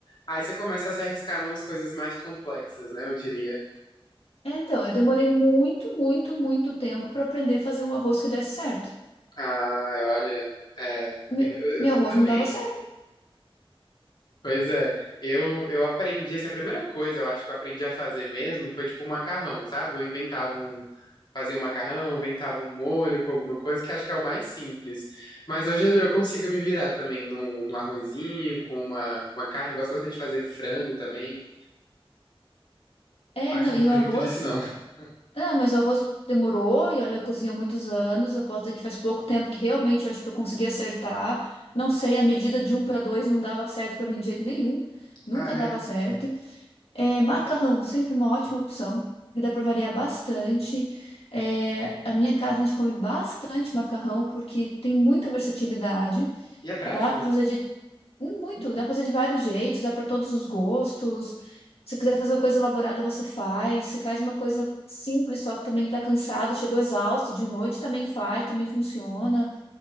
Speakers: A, on the left; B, on the left.
A: aí você começa a se arriscar em umas coisas mais complexas, né? Eu diria.
B: É, Então, eu demorei muito, muito, muito tempo para aprender a fazer um arroz que desse certo.
A: Ah, olha. É,
B: Me-
A: eu, eu-
B: meu
A: eu
B: arroz
A: também.
B: não dava certo.
A: Pois é. Eu, eu aprendi, assim, a primeira coisa eu acho que eu aprendi a fazer mesmo foi tipo um macarrão, sabe? Eu inventava um. Fazia um macarrão, inventava um molho com alguma coisa, que acho que é o mais simples. Mas hoje eu consigo me virar também num, num arrozinho, com uma, com a carne. Eu gosto bastante de fazer frango também.
B: É,
A: Mas
B: não,
A: não
B: e
A: fujo
B: o arroz.
A: muito disso, não. <laughs>
B: Ah, mas o arroz demorou, e olha, eu cozinho há muitos anos. Eu posso dizer que faz pouco tempo que realmente eu acho que eu consegui acertar. Não sei, a medida de um para dois não dava certo para mim de jeito nenhum. Nunca
A: Ah, é.
B: dava certo. É, macarrão, sempre uma ótima opção, que dá para variar bastante. É, a minha casa a gente come bastante macarrão, porque tem muita versatilidade.
A: E é prático,
B: Dá pra
A: né?
B: fazer de muito, dá pra fazer de vários jeitos, dá pra todos os gostos. Se quiser fazer uma coisa elaborada, você faz. Se faz uma coisa simples, só também tá cansado, chegou exausto de noite, também faz, também funciona.